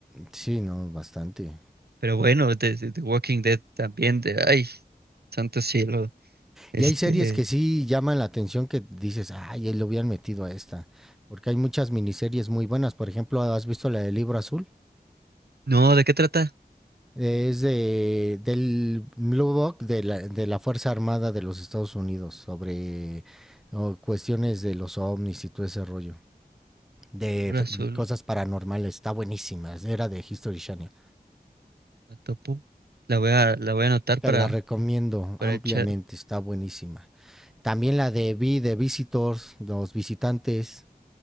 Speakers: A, in the centre; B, on the right.
A: Sí, no, bastante.
B: Pero bueno, de, de- de Walking Dead también de ay, santo cielo. Este,
A: Y hay series que sí llaman la atención que dices, ay, él lo hubieran metido a esta. Porque hay muchas miniseries muy buenas. Por ejemplo, ¿has visto la del Libro Azul?
B: no, ¿de qué trata?
A: Eh, Es de, del Blue Book de la, de la Fuerza Armada de los Estados Unidos sobre o, cuestiones de los ovnis y todo ese rollo. De
B: Libro
A: fe-
B: azul,
A: cosas paranormales. Está buenísima. Era de History Channel.
B: la topo. La voy a la voy a anotar
A: Te
B: para
A: la recomiendo
B: para
A: ampliamente,
B: echar.
A: está buenísima. También la de Vi, de Visitors, los visitantes,